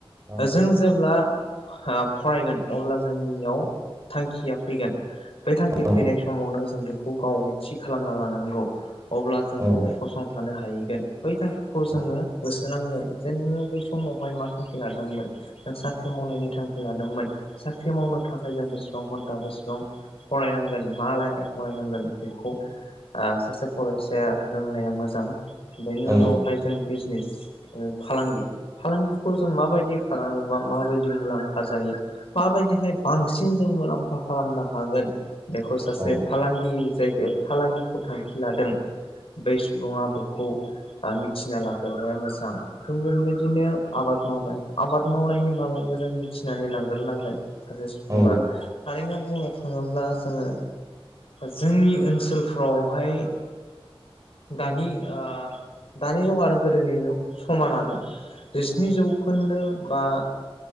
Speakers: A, on the right; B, on the left.
A: औ
B: जों जेब्ला फरायगोन अब्ला जोंनियाव थांखिया फैगोन बे थांखि
A: औ
B: फैनाय समावनो जों बेखौ गावै थि खालामना लानांगौ अब्ला जों
A: औ
B: गसं थानो हाहैगोन बै थांखिखौ
A: औ
B: जोङो होसोनांगोन जे नोङो बै समावहाय मा थांखि लादोंमोन नों साख्रि मावनायनि थांखि लादों मोन साख्रि मावनो थाखाय जों बेसेबां घन्टा बेसेबां फरायनांगोन मा लाइनाव फरायनांगोन बेखौ आ सासे फरायसायि रोंनाया मोजां बेनि
A: औ
B: उनावहाय जों बिजनिस फालांगि फालांगिखौ जों माबायदि खालामोबा माबायदि मुलाम्फा जायो माबायदिहाय बांसिन जों मुलाम्फा खालामनो हागोन बेखौ सासे
A: औ
B: फालांगि जायगायाव फालांगिखौ थांखि लादों बै सुबुङा बेखौ आ मिथिना लागोन मोजां जों बेबायदिनो आबाद मावनाय आबाद मावनायनि बागैबो जों मिथिनानै लांग्रोनांगोन सासे सुबुङा
A: औ
B: थारैनो बुंनो थाङोब्ला जोङो जोंनि ओनसोलफ्रावहाय दानि ओ दानि जुग आरो गोदोनि जुग समानानो जिस्नि जौखोन्दो बा